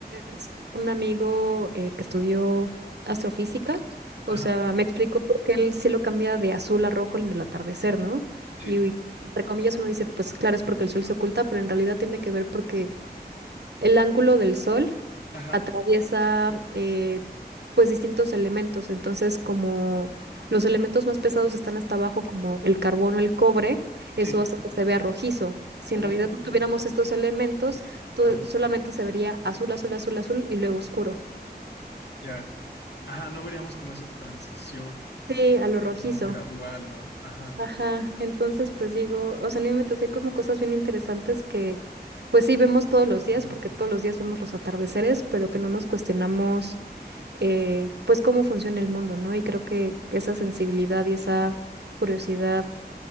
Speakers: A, on the right; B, on the left.
A: es un amigo eh, que estudió astrofísica, o
B: ajá,
A: sea, me explicó por qué el cielo cambia de azul a rojo en el atardecer, ¿no?
B: sí,
A: Y, y entre comillas uno dice, pues claro, es porque el sol se oculta, pero en realidad tiene que ver porque el ángulo del sol
B: ajá,
A: atraviesa eh, pues distintos elementos, entonces como los elementos más pesados están hasta abajo, como el carbono, el cobre, eso
B: sí,
A: hace que se vea rojizo. Si
B: oh,
A: en realidad no tuviéramos estos elementos, todo-
B: ajá,
A: solamente se vería azul, azul, azul, azul y luego oscuro.
B: ya, ajá, no veríamos como esa transición,
A: Sí, a lo
B: digamos,
A: rojizo.
B: gradual, ¿no? Ajá.
A: Ajá, entonces pues digo, o sea, no inventes, hay como cosas bien interesantes que pues sí vemos todos los
B: Ujú.
A: días, porque todos los días vemos los atardeceres, pero que no nos cuestionamos eh, pues cómo funciona el mundo, ¿no? Y creo que esa sensibilidad y esa curiosidad